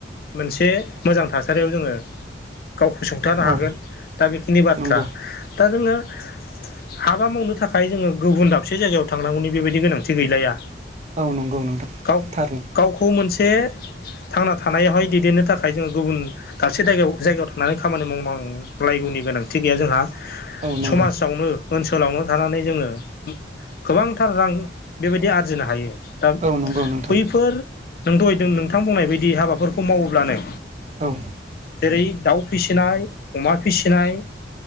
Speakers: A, on the left; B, on the right.
A: मोनसे मोजां थासारियाव जोङो गावखौ सुंथानो हागोन
B: औ
A: दा बेखिनि बाथ्रा
B: नंगौ
A: दा जोङो हाबा मावनो थाखाय जोङो गुबुन दाबसे जायगायाव थांनांगौनि बेबायदि गोनांथि गैलाया
B: औ नंगौ नोंथां
A: गाव
B: थारैनो
A: गावखौ मोनसे थांना थानायावहाय दैदेननो थाखाय जोङो गुबुन दाबसे जायगायाव जायगायाव थांनानै खामानि मावनां लायगौनि गोनांथि गैया जोंहा
B: औ नंगौ
A: समाजावनो ओनसोलावनो थानानै जोङो गोबांथार रां बेबायदि आरजिनो हायो। दा
B: औ नंगौ नोंथां
A: बैफोर नों दहाय नोंथां बुंनाय बायदि हाबाफोरखौ मावोब्लानो
B: औ
A: जेरै दाउ फिसिनाय अमा फिसिनाय